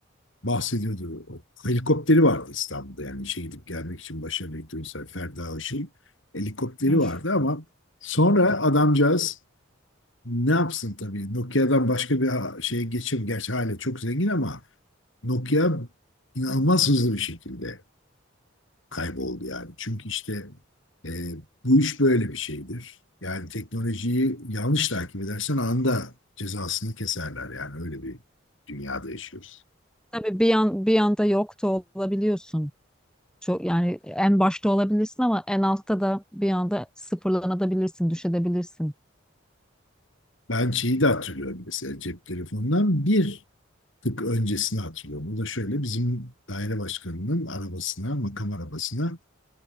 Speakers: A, on the left (about 70°); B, in the centre.
A: bahsediyordu. O Helikopteri vardı İstanbul'da yani şey gidip gelmek için başarılı elektronisyen Ferda Işık'ın helikopteri
B: Üf.
A: vardı ama sonra adamcağız ne yapsın tabii Nokia'dan başka bir ha- şeye geçim gerçi hala çok zengin ama Nokia inanılmaz hızlı bir şekilde kayboldu yani. Çünkü işte e, bu iş böyle bir şeydir. Yani teknolojiyi yanlış takip edersen anında cezasını keserler yani öyle bir dünyada yaşıyoruz.
B: Tabii bir yan bir yanda yok da olabiliyorsun. Çok yani en başta olabilirsin ama en altta da bir anda sıfırlanabilirsin, düşebilirsin.
A: Ben şeyi de hatırlıyorum mesela cep telefonundan bir tık öncesini hatırlıyorum. O da şöyle bizim daire başkanının arabasına, makam arabasına